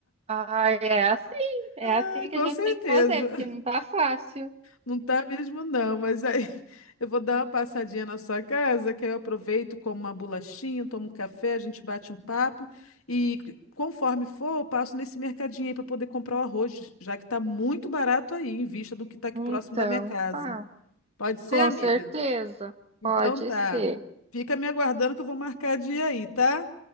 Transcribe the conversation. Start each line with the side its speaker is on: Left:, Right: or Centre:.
Right: Ah, é assim, é
Left: Ah,
Right: assim
Left: com
Right: que a gente
Left: certeza.
Right: tem que fazer, porque não tá fácil.
Left: Não tá mesmo, não, mas aí <laughs> eu vou dar uma passadinha na sua casa, que aí eu aproveito, como uma bolachinha, tomo um café, a gente bate um papo e conforme for, eu passo nesse mercadinho aí para poder comprar o arroz, já que tá muito barato aí, em vista do que tá aqui
Right: Então,
Left: próximo da minha casa.
Right: tá,
Left: Pode ser,
Right: com
Left: amiga?
Right: certeza,
Left: Então
Right: pode
Left: tá.
Right: ser.
Left: Fica me aguardando que eu vou marcar dia aí, tá?